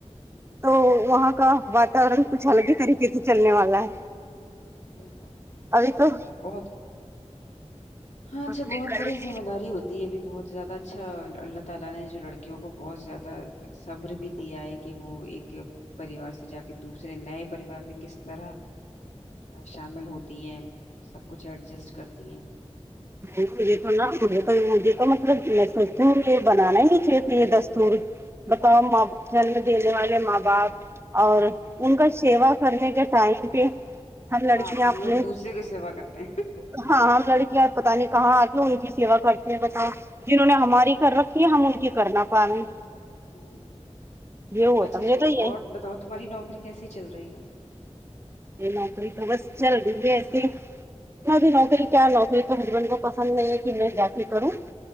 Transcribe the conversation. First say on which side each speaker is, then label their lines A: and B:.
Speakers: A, on the left; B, on the right.
A: ہوں
B: تو وہاں کا واتورن کچھ الگ ہی طریقے سے چلنے والا ہے
A: جی صحیح بات ہے بالکل
B: ابھی
A: الگ
B: تو
A: ہوتا ہے بہت ہاں
B: اپنے
A: چھ بہت
B: نہیں،
A: بڑی ذمہ داری ہو تی یہ بھی بہت زیادہ اچھا اللہ تعالی نے جو لڑکیوں کو بہت زیادہ صبر بھی دیا ہے کہ وہ ایک پریوار سے جا کے دوسرے نئے پریوار میں کس طرح شامل ہوتی ہیں سب کچھ ایڈجسٹ کرتی ہیں
B: مجھے تو نہا مجھے تو مجھے تو مطلب میں سوچتی ہوں یہ بنانا ہی نہیں چاہیے تھا یہ دستور بتاؤ ماں جنم دینے والے ماں باپ اور ان کا سیوا کرنے کے ٹائم پہ ہم لڑکیاں
A: ہاں ہم
B: اپنے
A: لوگ دوسرے کی سیوا کرتے ہیں
B: ہاں ہم لڑکیاں پتا نہیں کہاں آتی ان کی سیوا کرتے ہیں بتاؤ جنہوں نے ہماری کر رکھ ی ہم ان کی کرنا پا رہے ہیں
A: ہوں
B: یہ ہوتا
A: اچھا
B: مجھے
A: چھوڑو
B: تو یہ
A: اور بتاؤ تمہاری نوکری کیسی چل رہی ہے
B: یہ نوکری تو بس چل دیں گے ایسیےنا بھی نوکری کیا نوکری ہسبینڈ کو پسند نہیں ہے کہ میں جا کے کروں